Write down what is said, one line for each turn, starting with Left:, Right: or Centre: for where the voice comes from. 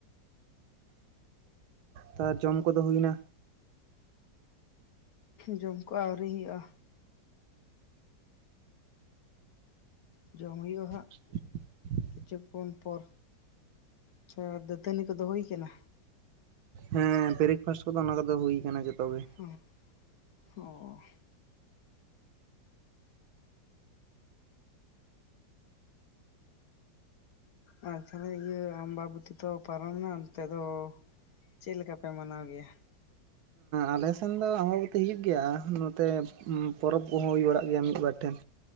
Right: ᱛᱚ ᱡᱚᱢ ᱠᱚᱫᱚ ᱦᱩᱭᱱᱟ?
Left: ᱡᱚᱢ ᱠᱚ ᱟᱹᱣᱨᱤ ᱦᱩᱭᱩᱜᱼᱟ᱾ ᱡᱚᱢ ᱦᱦᱩᱭᱩᱜᱼᱟ ᱦᱟᱸᱜ᱾
Right: <inaudible>
Left: ᱠᱤᱪᱷᱩ ᱠᱷᱚᱱ ᱯᱚᱨ ᱟᱪᱷᱟ ᱫᱟᱹᱛᱟᱹᱱᱤ ᱠᱚᱫᱚ ᱦᱩᱭ ᱠᱟᱱᱟ?
Right: ᱦᱮᱸ ᱵᱨᱮᱠᱯᱷᱟᱥᱴ ᱠᱚᱫᱚ ᱚᱱᱟ ᱠᱚᱫᱚ ᱦᱩᱭᱩᱭᱟ ᱟᱠᱟᱱᱟᱱᱟ ᱡᱚᱛᱚ ᱜᱮ᱾
Left: ᱩᱸᱜ ᱚᱻ ᱟᱨ ᱛᱟᱦᱚᱞᱮ ᱤᱭᱟᱹ ᱟᱢᱵᱟᱵ ᱛᱤ ᱛᱚ ᱯᱟᱨᱚᱢᱱᱟ, ᱱᱤᱛᱚᱜ ᱫᱚ ᱪᱮᱫ ᱞᱮᱠᱟᱯᱮ ᱢᱟᱱᱟᱣ ᱜᱮᱭᱟ?
Right: ᱟᱞᱮ ᱥᱮᱱ ᱫᱚ ᱟᱢᱵᱵᱚᱛᱤ ᱦᱩᱭᱩᱜ ᱜᱮᱭᱟ᱾ ᱱᱚᱛᱮ ᱯᱚᱨᱚᱵᱽ ᱠᱚᱦᱚᱸ ᱦᱩᱭ ᱵᱟᱲᱟᱜ ᱜᱮᱭᱟ ᱢᱤᱫᱵᱟᱨ ᱴᱷᱮᱱ᱾